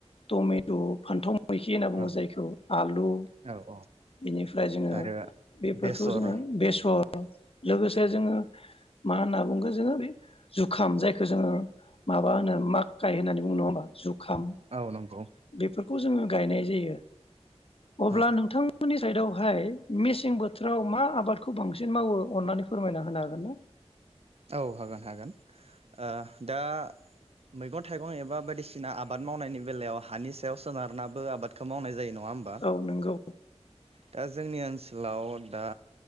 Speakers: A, on the left; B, on the right.
A: टमे द फान्थाव मैखि होनना बुङो
B: औ
A: जायखौ आलु
B: औ औ
A: बेनिफ्राय जोङो
B: आरो
A: बेफोरखौ
B: बेसर
A: जोङो बेसर लोगोसे जोङो मा होनना बुंगो जोङो बे जुखाम जायखौ जोङो माबा होनो माखकाय होननानै बुंङो नङा होमबा जुग खाम
B: औ नंगौ
A: बेफोरखौ जोङो गायनाय जायो अब्ला
B: औ
A: नोंथांमोननि सायेदाव फाय मेसें बोथोराव मा आबादखौ बांसिन मावो अननानै फोरमायना होनो हागोन ना
B: औ हागोन हागोन ओ दा मैगं थाइगं एबा बायदिसिना आबाद मावनायनि बेलायाव हानि सायाव सोनारनाबो आबादखौ मावनाय जायो नङ नङा ओमबा
A: औ नंगौ
B: दाज जोंनि ओनसोलाव दा